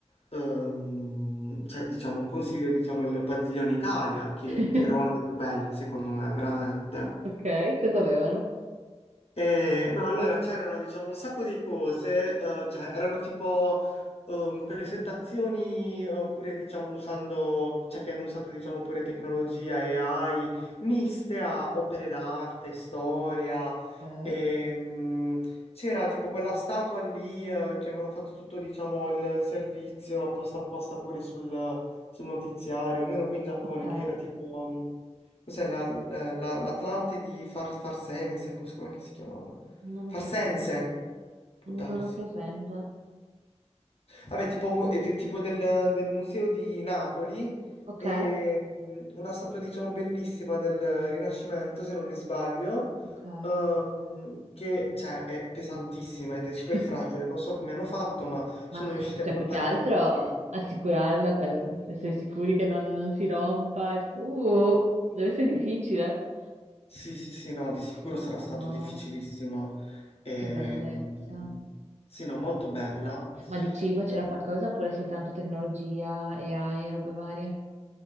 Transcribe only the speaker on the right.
<laughs>
Ok, cosa avevano?
Ok,
ok,
non
ho pres- ah,
non ho presente.
Ok,
ok.
<laughs>
Ma
su-
cioè,
più che altro
assicurarla per, per essere sicuri che non si rompa. Uh, deve essere difficile.
Oh, Madonna.
Che bellezza.
Ma di cibo c'era
qualcosa oppure soltanto tecnologia, AI e robe varie?